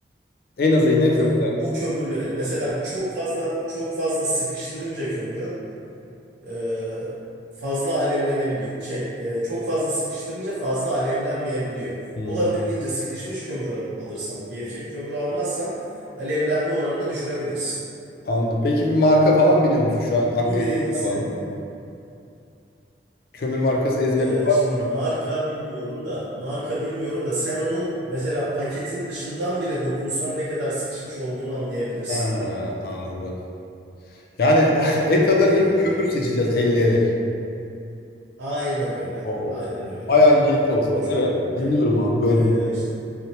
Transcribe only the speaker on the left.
En azı yine kömürler.
Hmm.
Anladım. Peki bir marka falan biliyor musun şu an? Ak
ezberinde
var mı? Kömür markası ezberinde
var
mı şu
an?
Ha, anladım. Yani <laughs> et alır
gibi kömür seçeceğiz elleyerek.
Oo,
tamam.
Bayağı
incelikli o zaman.
Evet.
Dinliyorum abi bölmeyeyim.